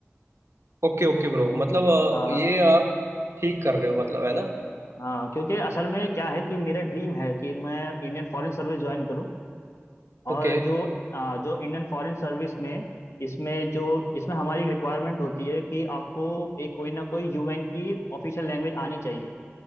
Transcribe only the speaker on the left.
हाँ
हाँ क्योंकि असल में क्या है कि मेरा ड्रीम है कि मैं इंडियन फॉरेन सर्विस ज्वाइन करूँ और
जो आ, जो इंडियन फॉरेन सर्विस में इसमें जो इसमें हमारी एक रिक्वायरमेंट होती है कि आपको एक कोई ना कोई यूएन की ऑफिशियल लैंग्वेज आनी चाहिए